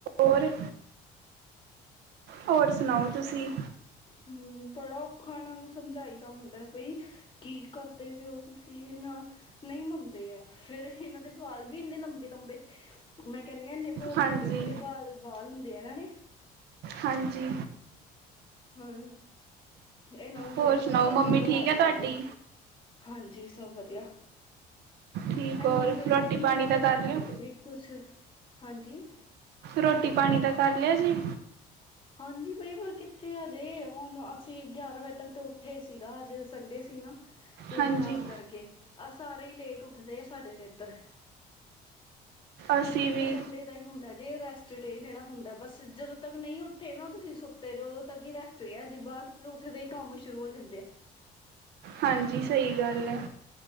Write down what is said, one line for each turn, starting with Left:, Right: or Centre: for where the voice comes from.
Right: ਹੋਰ ਹੋਰ ਸੁਣਾਓ ਤੁਸੀਂ?
Left: ਹਮ ਬੜਾ ਔਖਾ ਇਹਨਾਂ ਨੂੰ ਸਮਝਾਈ ਦਾ ਹੁੰਦਾ, ਬਈ ਕੀ ਕਰਦੇ ਪਓ ਤੁਸੀਂ ਇਹ ਨਾ ਨਹੀਂ ਮੰਨਦੇ ਆ ਫੇਰ ਇਹਨਾਂ ਦੇ ਵਾਲ ਵੀ ਇੰਨੇ ਲੰਬੇ-ਲੰਬੇ ਮੈਂ ਕਿਹਾ ਕਹਿੰਦੇੇ
Right: ਹਾਂਜੀ
Left: ਵੱਡੇ-ਵੱਡੇ ਬ ਵਾਲ ਹੁੰਦੇ ਹਨ ਨੇ
Right: ਹਾਂਜੀ
Left: ਹਾਂ ਇਹਨਾਂ ਨੂੰ ਵੇਖ-ਵੇਖ
Right: ਹੋਰ ਸੁਣਾਓ
Left: ਕੇ ਸਾਨੂੰ
Right: ਮੰਮੀ
Left: ਘਬਰਾਹਟ
Right: ਠੀਕ
Left: ਹੁੰਦੀ
Right: ਤੁਹਾਡੀ
Left: ਹੈ, ਹਾਂਜੀ ਸਭ ਵਧੀਆ,
Right: ਠੀਕ
Left: ਇਹਨਾਂ
Right: ਹੋਰ
Left: ਨੂੰ ਵੇ
Right: ਰੋਟੀ
Left: ਵੇਖ ਕੇ
Right: ਪਾਣੀ
Left: ਮੈਨੂੰ
Right: ਦਾ
Left: ਘਬਰਾਹਟ
Right: ਕਰ ਲਿਓ
Left: ਹੁੰਦੀ ਆ ਵੀ ਕੁਛ ਹਾਂਜੀ,
Right: ਰੋਟੀ ਪਾਣੀ ਤਾਂ ਕਰ ਲਿਆ ਜੇ,
Left: ਹਾਂਜੀ <unintelligible> ਕਿੱਥੇ ਆ ਜੇ ਹੁਣ ਅਸੀਂ ਗਿਆਰਾਂ ਵਜੇ ਤੱਕ ਤਾਂ ਉੱਠੇ ਸੀਗਾ ਅੱਜ ਸੰਡੇ ਸੀ ਨਾ, ਤੇ
Right: ਹਾਂਜੀ
Left: ਤਾਂ ਕਰਕੇ ਆ ਸਾਰੇ ਹੀ ਲੇਟ ਉੱਠਦੇ ਆ ਸਾਡੇ ਤੇ ਇੱਧਰ ਕਿਉਂਕਿ
Right: ਅਸੀਂ
Left: ਇੱਕ
Right: ਵੀ
Left: ਸੰਡੇ ਦਾ ਹੀ ਹੁੰਦਾ ਜੇ ਰੈਸਟ ਡੇ ਜਿਹੜਾ ਹੁੰਦਾ, ਬਸ ਜਦੋਂ ਤੱਕ ਨਹੀਂ ਉੱਠ ਠੇ ਨਾ ਤੁਸੀਂ ਸੁੱਤੇ ਤੇ ਉਦੋਂ ਤਕ ਹੀ ਰੈਸਟ ਰਿਹਾ ਜੇ ਬਾਚਂ ਤੇ ਉੱਠੇਦੇ ਹੀ ਕੰਮ ਸ਼ੁਰੂ ਹੋ ਜਾਂਦੇ ਆ,
Right: ਹਾਂਜੀ, ਸਹੀ ਗੱਲ ਹੈ।